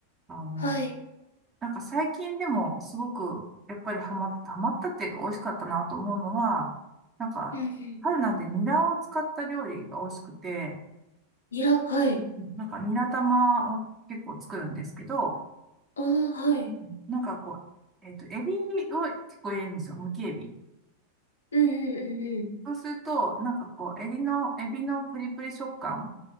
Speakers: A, on the right; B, on the left.
A: あの、
B: はい。
A: なんか最近でもすごく、やっぱりハマ、ハマったっていうか美味しかったなと思うのは、なんか、
B: うんうん。
A: 春なんてニラを使った料理が美味しくて、
B: ニラ、はい。
A: なんかニラ玉を結構作るんですけど、
B: ああ、はい。
A: うんなんかこう、えっと、エビを結構入れるんですよ。むきエビ。
B: うんうん
A: そうすると、なんかこう、エビの、エビのプリプリ食感